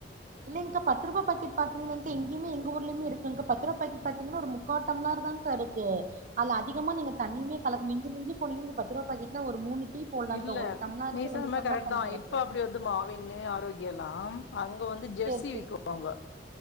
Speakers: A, on the right; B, on the left.
A: இல்லங்க்கா பத்துரூபா பாக்கெட் பாத்தீங்கின்னா க்கா இங்கயுமே எங்க ஊர்லயுமே இருக்குங்கா பத்து ரூபா பாக்கெட் பாத்தீங்கன்னா ஒரு முக்கா டம்ளர் தா ங்கா இருக் ஏன் அதுல அதிகமா நீங்க தண்ணியுமே கலக்கு மிஞ்சி மிஞ்சி போனீங்கன்னா பத்து ரூபா பாக்கெட்ல ஒரு மூணு டீ போட்லாங்கா
B: இல்ல
A: ஒரு டம்ளாருக்கு
B: நீ சொன்னது
A: ரெண்டு டம்ளார்
B: கரெக்ட்
A: தண்ணி
B: தா
A: கலக்குறா
B: இப்ப அப்புடி வருது ஆவின் ஆரோக்யா எல்லா அங்க வந்து ஜெர்சி
A: சேரி சேரி
B: விக்கு வாங்க